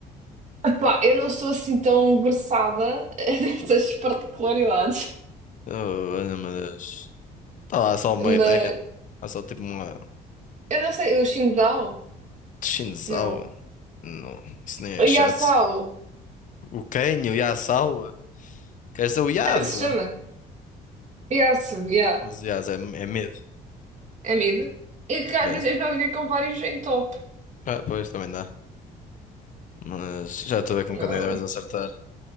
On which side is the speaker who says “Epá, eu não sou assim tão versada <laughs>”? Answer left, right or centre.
Right